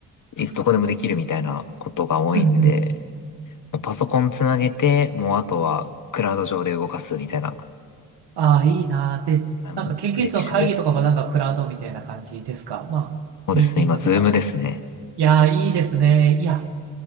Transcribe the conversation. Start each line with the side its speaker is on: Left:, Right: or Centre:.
Left: う、いどこでもできるみたいなことが多いんで、
Right: うんうん。
Left: もうパソコンつなげて、もうあとはクラウド上で動かすみたいな、
Right: ああ、いいなー。で、
Left: あの、
Right: なんか研究室の会議とかもなんかクラウドみたいな感じですかまあ、
Left: フレキシブルですね。そうですね、
Right: ミーティングとかも。
Left: 今、ズームですね。
Right: いやー、いいですね。いや、